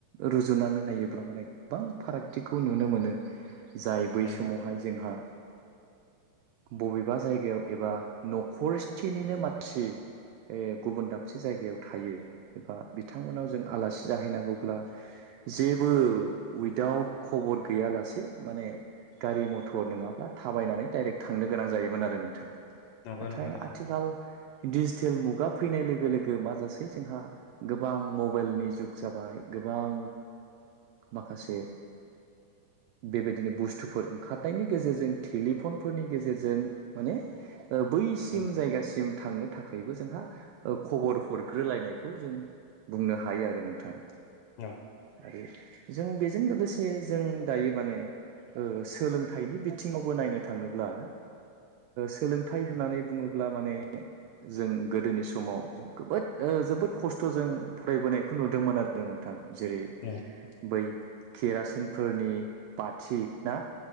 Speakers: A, on the right; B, on the left.
A: रुजुनानै नायोब्ला माने गोबां फारागथिखौ नुनो मोनो जाय बै
B: उम
A: समावहाय जोंहा बबेबा जायगायाव एबा न'खरसेनिनो मानसि गुबुन दाबसे जायगायाव थायो एबा बिथांमोनाव जों आलासि जाहैनांगौब्ला जेबो उइदाउट खबर गैयालासे माने गारि मथर नङाब्ला थाबायनानै डाइरेक्ट थांनो गोनां जायोमोन आरो नोंथां
B: नंगौ
A: नाथाय
B: नंगौ नोंथां
A: आथिखाल दिजिटेल मुगा फैनाय लोगो लोगो मााजासै जोंहा गोबां मबाइलनि जुग जाबाय गोबां माखासे
B: <inaudible>
A: बेबायदिनो बुस्थुफोर ओंखारनायनि गेजेरजों टेलिफनफोरनि गेजेरजों माने बैसिम
B: उम
A: जायगासिम थांनो थाखायबो जोंहा खबर हरग्रोलायनायखौ जों बुंनो हायो आरो नोंथां
B: औ
A: आरो जों बेजों लोगोसे जों दायो माने सोलोंथाइनि बिथिङावबो नायनो थाङोब्ला सोलों होननानै बुङोब्ला माने जों गोदोनि समाव जबोद जोबोद खस्थ'जों फरायबोनायखौ नुदोंमोन आरो नोंथां जेरै
B: उम
A: बै केरासिन फोरनि बाथि ना